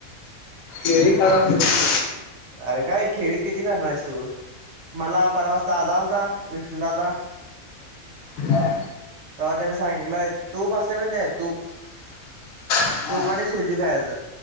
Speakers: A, on the left; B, on the right.
A: केळी खाया लागलोय.
B: अरे काय केळी किती खाणार आहेस तू? मला परवास दादा आलता विष्णूदादा.
A: की. हा.
B: तवा त्याने सांगितलंय तूप असते महितय का? तूप
A: हा
B: तूप आणि सूजी खायचं.